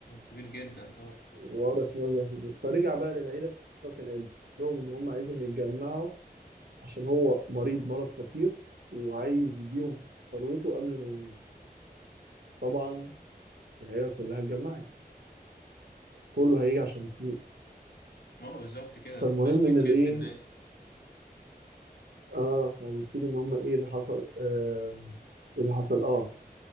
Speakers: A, on the left (about 75°); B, on the right (about 75°).
A: كبير جدا طبعا
B: وورث مبلغ كبير فرجع بقى للعيلة وكان قايل لهم إن هم عايزهم يتجمعوا عشان هو مريض مرض خطير وعايز يديهم ثروته قبل ما يموت طبعا العيلة كلها اتجمعت كله هيجي عشان فلوس
A: اه بالظبط كده
B: فالمهم
A: الفلوس
B: إن
A: بتشد
B: الإيه
A: الناس
B: آه فبيبتدي إن هم إيه اللي حصل آه اللي حصل آه